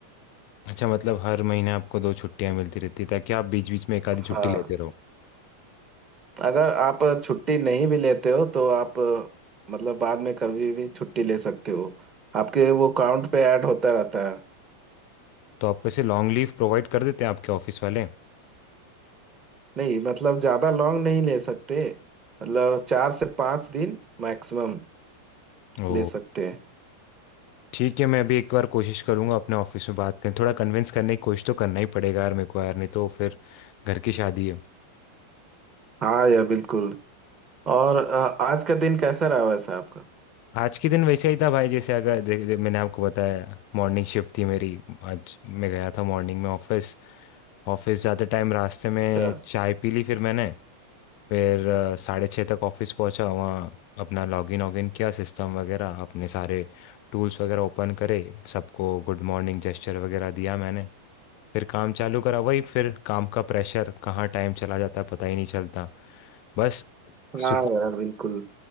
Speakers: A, on the left; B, on the right.
A: अच्छा मतलब हर महीने आपको दो छुट्टियां मिलती रहती है ताकि आप बीच बीच में एक आधी
B: हाँ
A: छुट्टी लेते रहो
B: अगर आप छुट्टी नहीं भी लेते हो तो आप अ, मतलब बाद में कभी भी छुट्टी ले सकते हो आपके वो काउंट पे ऐड होता रहता है
A: तो आप कैसे लॉन्ग लीव प्रोवाइड कर देते हैं आपके ऑफिस वाले
B: नहीं मतलब ज्यादा लॉन्ग नहीं ले सकते मतलब चार से पाँच दिन मैक्सिमम
A: ओ
B: ले सकते हैं
A: ठीक है मैं अभी एक बार कोशिश करूंगा अपने ऑफिस में बात करने थोड़ा कन्विंस करने की कोशिश तो करना ही पड़ेगा यार मेरे को यार नहीं तो फिर घर की शादी है
B: हाँ यार बिल्कुल और अ, आज का दिन कैसा रहा वैसे आपका
A: आज के दिन वैसे ही था भाई जैसे अगर दे, दे, मैंने आपको बताया मॉर्निंग शिफ्ट थी मेरी आज मैं गया था मॉर्निंग में ऑफिस ऑफिस जाते टाइम रास्ते में
B: अच्छा
A: चाय पी ली फिर मैंने फिर अ, साढ़े छः तक ऑफिस पहुंचा वहाँ अपना लॉगिन वॉगिन किया सिस्टम वगैरह अपने सारे टूल्स वगैरह ओपन करे सबको गुड मॉर्निंग जेस्चर वगैरह दिया मैंने फिर काम चालू करा वही फिर काम का प्रेशर कहाँ टाइम चला जाता है पता ही नहीं चलता बस सुकून
B: हाँ यार बिल्कुल